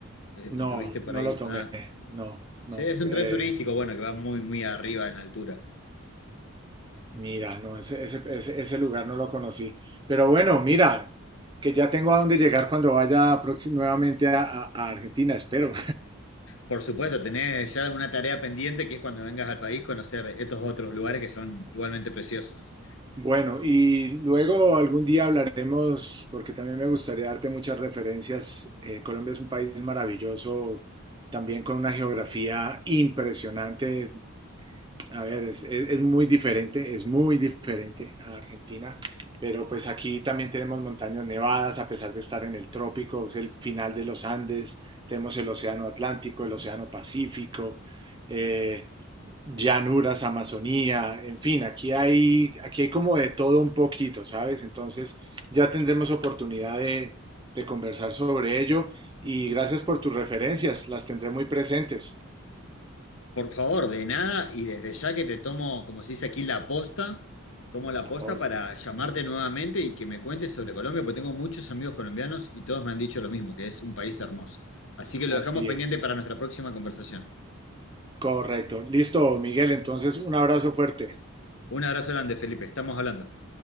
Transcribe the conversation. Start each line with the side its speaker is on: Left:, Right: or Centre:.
Left: eh,
Right: No,
Left: anduviste por
Right: no
Left: ahí.
Right: lo tomé,
Left: Ah,
Right: no, no,
Left: sí, es un
Right: eh,
Left: tren turístico, bueno, que va muy, muy arriba en altura.
Right: mira, no, ese, ese, ese, ese lugar no lo conocí, pero bueno, mira, que ya tengo a dónde llegar cuando vaya próxim- nuevamente a a- a Argentina, espero.
Left: Por supuesto, tener ya una tarea pendiente que es cuando vengas al país conocer estos otros lugares que son igualmente preciosos.
Right: Bueno, y luego algún día hablaremos, porque también me gustaría darte muchas referencias. Eh, Colombia es un país maravilloso, también con una geografía impresionante. A ver, es, es- es muy diferente, es muy diferente a Argentina, pero pues aquí también tenemos montañas nevadas, a pesar de estar en el trópico, es el final de los Andes, tenemos el Océano Atlántico, el Océano Pacífico. eh, llanuras, Amazonía, en fin, aquí hay, aquí hay como de todo un poquito, ¿sabes? Entonces ya tendremos oportunidad de, de conversar sobre ello y gracias por tus referencias, las tendré muy presentes.
Left: Por favor, de nada y desde ya que te tomo, como se dice aquí, la posta, tomo la posta
Right: La posta,
Left: para llamarte nuevamente y que me cuentes sobre Colombia, porque tengo muchos amigos colombianos y todos me han dicho lo mismo, que es un país hermoso. Así que lo
Right: así
Left: dejamos pendiente
Right: es.
Left: para nuestra próxima conversación.
Right: Correcto. Listo, Miguel, entonces un abrazo fuerte.
Left: Un abrazo grande, Felipe, estamos hablando.